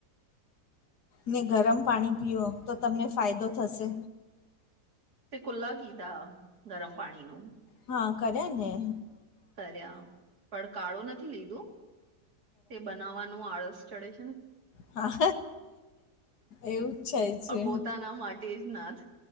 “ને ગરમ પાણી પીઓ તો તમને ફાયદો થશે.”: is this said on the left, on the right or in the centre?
Left